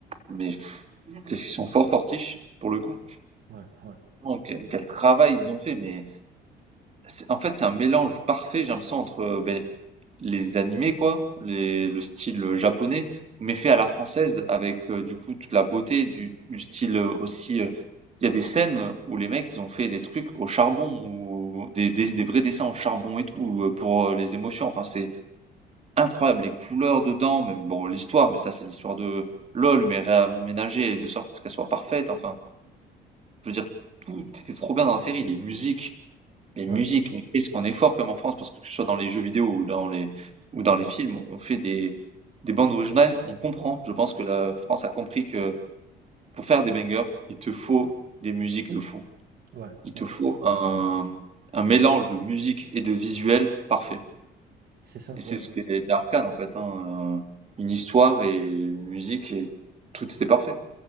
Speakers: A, on the right; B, on the right.
A: mais, pff, qu'est-ce qu'ils sont fort fortiches, pour le coup.
B: Ouais, ouais,
A: Oh, quel,
B: ouais,
A: quel travail ils ont fait, mais. C'est- En fait, c'est un mélange parfait, j'ai l'impression, entre euh, ben, les animés, quoi, les- le style japonais, mais fait à la française, avec euh, du coup toute la beauté du, du style euh, aussi. euh, Il y a des scènes où les mecs, ils ont fait des trucs au charbon, ou des, des, des vrais dessins au charbon et tout, euh, pour euh, les émotions. Enfin, c'est incroyable, les couleurs dedans, même bon, l'histoire, mais ça, c'est l'histoire de LOL, mais réaménagée de sorte à ce qu'elle soit parfaite. Enfin, je veux dire, tout était trop bien dans la série, les musiques. Les
B: ouais,
A: musiques, mais qu'est-ce qu'on est fort comme en France, parce que que ce soit dans les jeux vidéo ou dans les ou dans les films, on fait des des bandes originales, on comprend. Je pense que la France a compris que pour faire des bangers, il te faut des musiques de fou.
B: ouais,
A: Il te
B: ouais.
A: faut un un mélange de musique et de visuel parfait.
B: C'est ça,
A: Et
B: ouais.
A: c'est ce qui était Arcane en fait, hein, heu, une histoire et une musique et tout était parfait,